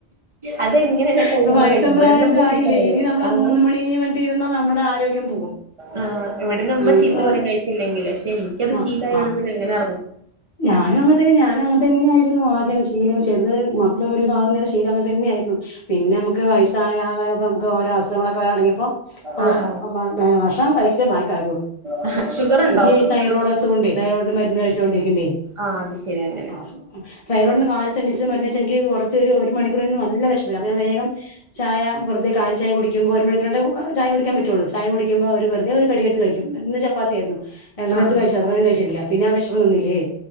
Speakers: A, on the right; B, on the left.
A: അതെങ്ങനെയല്ല കഴിയുമ്പോ
B: ഇപ്പൊ വയസും
A: കഴിക്കും ഇവിടുന്ന്
B: പ്രായം ഒക്കെ
A: ഉമ്മ
B: ആയില്ലേ
A: ചീത്ത പറയും
B: ഇനി നമ്മള്
A: ആഹ്
B: മൂന്ന് മണി വണ്ടി ഇരുന്നാ നമ്മുടെ ആരോഗ്യം പോകും
A: ആ് എവിടെന്ന്മ്മ
B: ആഹ്
A: ചീത്ത
B: ഇപ്പൊ നമ്മള്
A: പറയും കഴിച്ചില്ലെങ്കിൽ പക്ഷെ എനിക്കത്
B: ആഹ്
A: ശീലായതോണ്ട്
B: ആഹ്
A: പിന്നെ എങ്ങനെ
B: ഞാനും അങ്ങ തന്നെ ഞാനും അങ്ങ തന്നെയ ആായിരുന്നു ആദ്യം <unintelligible> ചെറത് <unintelligible> മക്കള ഒരു വിതം അങ്ങനെ <unintelligible> അങ്ങൻ തന്നെ ആയിരുന്നു പിന്നെ നമുക്ക് വയസായാൽ <unintelligible> ഓരോ അസുഖങ്ങളൊക്കെ വരലൊടങ്ങ്യേപ്പം <unintelligible>
A: ആഹ്
B: വെച്ചിട്ടാ ബാക്കി കാര്യമുള്ള
A: ആഹ് ഷുഗർ ഉണ്ടോ
B: എനിക്ക്
A: പ്രഷറൊക്കെ
B: തൈറോയ്ഡ് അസുഖമുണ്ടേ
A: ഷുഗർ
B: തൈറോയ്ഡ് മരുന്ന് കഴി ണ്ടിരിക്കണ്ടേ
A: ആഹ് അത് ശരി അങ്ങനെ
B: ആ തൈറോയ്ഡ്. ഇന്ന് കാലത്ത് എണീച്ച് മരുന്ന് കഴിച്ച എനിക്ക് കുറച്ചു ഒരു ഒരു മണിക്കൂറ് നല്ല വിശപ്പ് അപ്പോ ഞാൻ വേഗം ചായ വെറുതെ കാ ചായ കുടിക്കുമ്പോ ഒരു മണിക്കൂർ ചായ കുടിക്കാൻ പറ്റത്തുള്ളൂ, ചായ കുടിക്കുമ്പോ ഒരു വെറുതെ ഒരു കടി എടുത്ത് കഴിക്കും ഇന്ന് ചപ്പാത്തിയായിരുന്നു. രണ്ടെണ്ണം
A: ആഹ്
B: എടുത്ത് കഴിച്ചു അത്രയും കഴിച്ചിട്ടില്ല പിന്നെ ആ വിഷപ്പ് നിന്നില്ലേ.